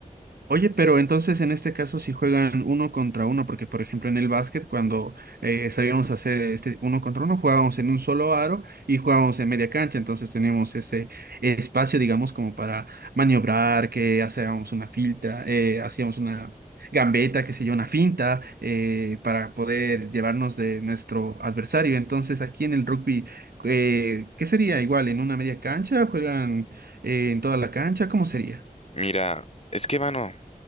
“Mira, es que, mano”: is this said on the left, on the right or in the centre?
Left